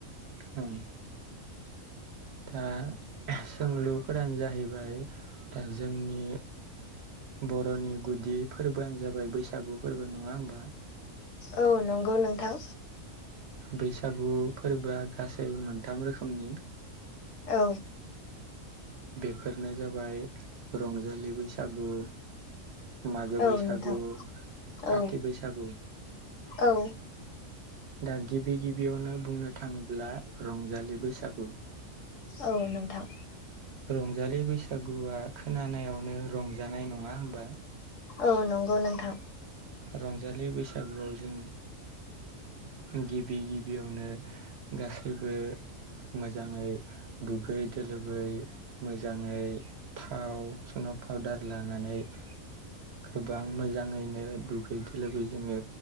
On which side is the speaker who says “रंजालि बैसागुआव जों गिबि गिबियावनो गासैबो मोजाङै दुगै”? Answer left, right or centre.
Right